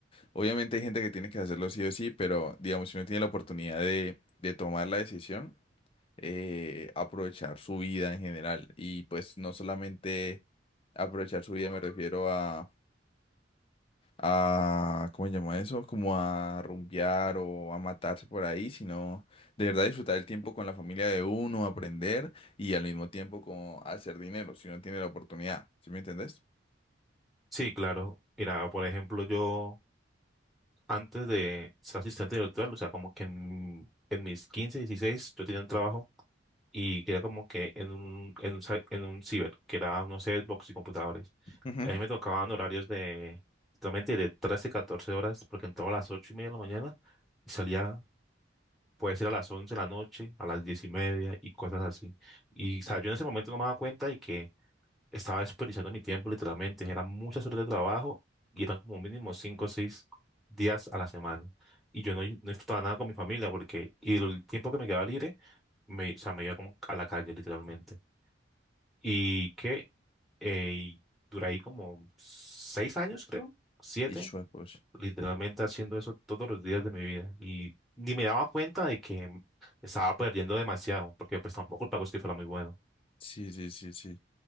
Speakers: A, on the left; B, in the centre.
A: Obviamente hay gente que tiene que hacerlo sí o sí, pero digamos, si uno tiene la oportunidad de, de tomar la decisión eh, aprovechar su vida en general. Y pues no solamente aprovechar su vida, me refiero a, a ¿cómo se llama eso? Como a rumbear o a matarse por ahí, sino de verdad disfrutar el tiempo con la familia de uno, aprender y al mismo tiempo como hacer dinero si uno tiene la oportunidad. ¿Sí me entendés?
B: Sí, claro. Mira, por ejemplo, yo antes de ser asistente virtual, o sea, como que en, en mis 15, 16, yo tenía un trabajo y que era como que en un, en un, ci- en un ciber, que era, no sé, Xbox y computadores.
A: Ujú.
B: A mí me tocaban horarios de, totalmente de 13, 14 horas, porque entraba a las 8 y media de la mañana y salía, puede ser a las 11 de la noche, a las 10 y media y cosas así. Y, o sea, yo en ese momento no me daba cuenta y que estaba desperdiciando mi tiempo literalmente. Eran muchas horas de trabajo y eran como mínimo cinco o seis días a la semana. Y yo no, no disfrutaba nada con mi familia porque y el tiempo que me quedaba libre, me, o sea, me iba como a la calle literalmente. Y que eh, y duré ahí como seis años, creo, siete,
A: Y sue, pues.
B: literalmente haciendo eso todos los días de mi vida. Y ni me daba cuenta de que estaba perdiendo demasiado porque pues tampoco el pago es que fuera muy bueno.
A: Sí, sí, sí, sí.